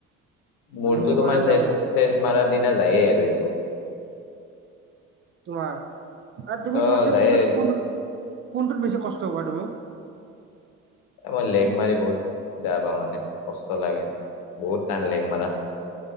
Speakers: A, on the right (about 30°); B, on the left (about 60°).
A: মানে
B: মোৰটো
A: সেনেকুৱাহে
B: তোমাৰ চেচ,
A: তাৰমানে
B: চেষ মাৰাৰ দিনা যায়ে আৰু এইটো।
A: তোমাৰ, আৰু তুমি
B: অ
A: ছব,
B: যায়ে
A: কোনটো, কোনটো কোনটোত, বেছি কষ্ট হব তুমি।
B: এ মই লেগ মাৰি বহুত বেয়া পাওঁ, মানে কষ্ট লাগে, বহুত টান লেগ মাৰা।